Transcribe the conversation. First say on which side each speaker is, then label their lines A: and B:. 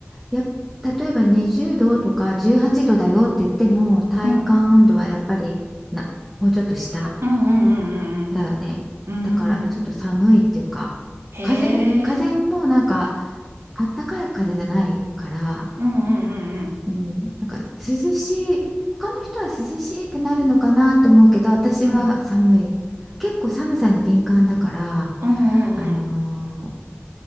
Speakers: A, in the centre; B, on the right.
A: やっ、例えば20度とか18度だよって言っても、体感温度はやっぱりな、
B: うん
A: もうちょっと下
B: うんうん
A: だよね。
B: うんうん。
A: だから、
B: うん。
A: ちょっと寒いっていうか、
B: へ
A: 風、風もなんか、
B: え。
A: あったかい風じゃないから、
B: うんうんうん
A: うん、なんか涼しい他の人は涼しいってなるのかなと思うけど私は寒い結構寒さに敏感だから
B: うん。うんうんうん
A: あの